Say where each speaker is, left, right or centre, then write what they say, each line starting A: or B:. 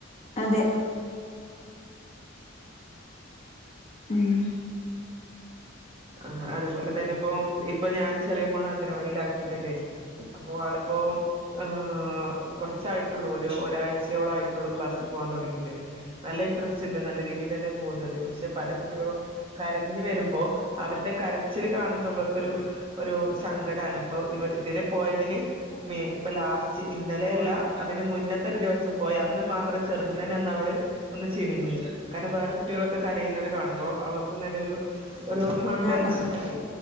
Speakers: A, on the left; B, on the right.
A: അതെ ഉം
B: ആ അതുപോലെ തന്നെ ഇപ്പം ഇപ്പ ഞാന് ചെറിയ മോളെ അംഗനവാടിയിൽ ആക്കിയിട്ടുണ്ടേ അപ്പൊ ആളിപ്പോ ആ കുറച്ചായിട്ടുള്ളൂ ഒരു ഒരാഴ്ച ചയോളായിട്ടുള്ളു ക്ലാസിൽ പോവാൻ തുടങ്ങിയിട്ട് നല്ല ഇൻട്രറസ്റ്റ് ഉണ്ട് നല്ല രീതിയി തന്നെ പോകുന്നത് പക്ഷെ പല കു ട്ടികളും കരഞ്ഞു വരുമ്പോ അവരുടെ കരച്ചില് കാണുമ്പോ നമ്മക്കൊരു ഒരു സങ്കടാണ് അപ്പൊ ഇവ ഇതുവരെ പോയതില് മേ ഇപ്പ ലാസ്റ്റ് ഇന്നലെയല്ല അതിന് മുന്നത്തെ ഒരു ദിവസം പോയ അന്ന് മാത്രം ചെറുന്നനെ ഒന്ന് അവള് ഒന്ന് ചിണിങ്ങി കാരണം വേറെ കുട്ടികളൊക്കെ കരയുന്നത് കാണുമ്പോൾ അവൾക്കൊന്നു തന്നെ ഒരു ഒരു ഹോ ടെൻഷനായി
A: ആഹ്